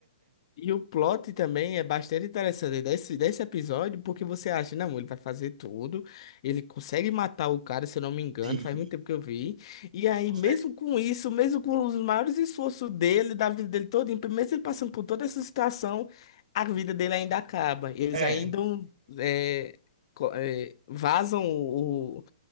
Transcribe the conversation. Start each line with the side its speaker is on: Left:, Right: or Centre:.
Left: E o plot também é bastante interessante desse, desse episódio, porque você acha, não, ele vai fazer tudo, ele consegue matar o cara, se eu não me engano,
Right: Sim,
Left: faz muito tempo que eu vi. E
Right: que
Left: aí,
Right: consegue.
Left: mesmo com isso, mesmo com os maiores esforços dele, da vida dele toda, mesmo ele passando por toda essa situação, a vida dele ainda acaba. Eles
Right: É,
Left: ainda é, co- é, vazam o, o,